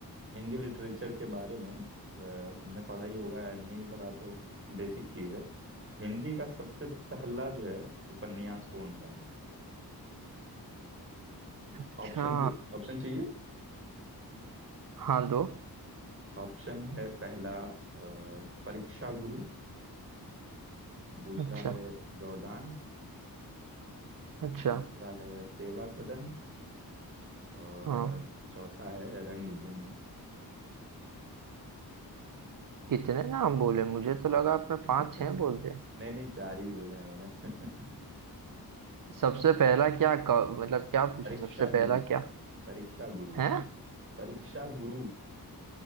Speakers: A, on the right; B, on the right.
A: हिंदी लिटरेचर के बारे में अ, तुमने पढ़ा ही होगा या नहीं भी पढ़ा तो बेसिक चीज है हिंदी का सबसे पहला जो है उपन्यास कौन सा है
B: अच्छा
A: ऑप्शन दे- ऑप्शन चाहिए
B: हाँ दो
A: ऑप्शन है पहला अ, परीक्षा गुरु दूसरा
B: अच्छा
A: है गोदान
B: अच्छा
A: तीसरा है सेवा सदन और
B: हाँ
A: चौथा है रंगभूमि
B: कितने नाम बोले मुझे तो लगा आपने
A: <laughs>
B: पांच छह बोल दिए
A: नहीं नहीं चार ही बोले हैं मैंने <laughs>
B: सबसे पहला क्या क- मतलब क्या पूछा
A: परीक्षा
B: सबसे
A: गुरु
B: पहला क्या
A: परीक्षा गुरु
B: है
A: परीक्षा गुरु